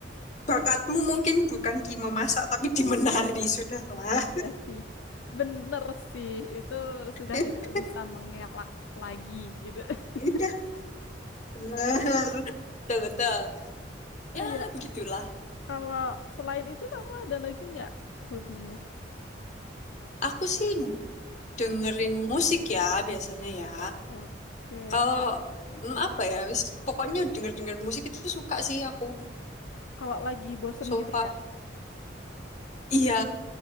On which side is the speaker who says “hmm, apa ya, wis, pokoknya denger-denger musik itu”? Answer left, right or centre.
Left